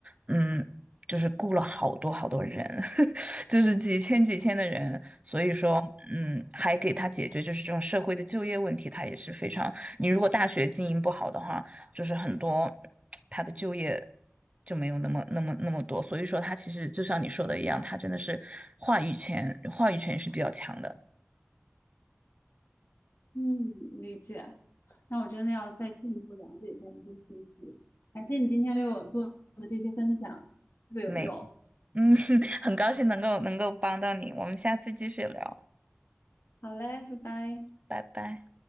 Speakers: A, on the right (about 30°); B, on the left (about 60°).
A: 嗯，就是雇了好多好多人，<laughs> 就是几千几千的人，所以说，嗯，还给他解决就是这种社会的就业问题，它也是非常，你如果大学经营不好的话。就是很多他的就业就没有那么那么那么多，所以说他其实就像你说的一样，他真的是话语权话语权是比较强的。
B: 嗯，理解。那我真的要再进一步了解一下这些信息。感谢你今天为我做的这些分享，特别有用。
A: 没，嗯，<laughs> 很高兴能够能够帮到你，我们下次继续聊，
B: 好嘞，拜拜。
A: 拜拜。